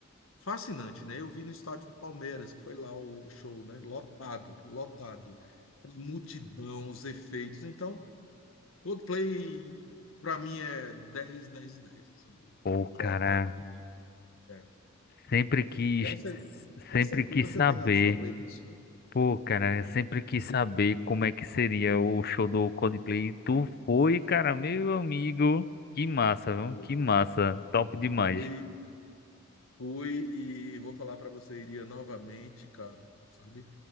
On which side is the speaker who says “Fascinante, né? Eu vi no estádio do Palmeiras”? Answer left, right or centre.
Left